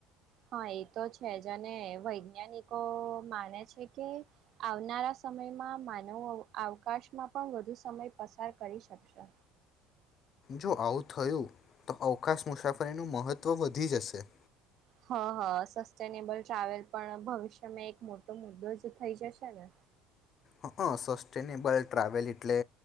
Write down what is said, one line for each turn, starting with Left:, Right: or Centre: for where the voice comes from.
Right: હા, એ તો છે જ અને વૈજ્ઞાનિકો માને છે કે આવનારા સમયમાં માનવો આવકાશમાં પણ વધુ સમય પસાર કરી શકશે.
Left: જો આવું થયું તો અવકાશ મુસાફરીનું મહત્વ વધી જશે.
Right: હ હા સસ્ટેનેબલ ટ્રાવેલ પણ ભવિષ્યમાં એક મોટો મુદ્દો જ થઈ જશે ને.
Left: હ હ સસ્ટેનેબલ ટ્રાવેલ એટલે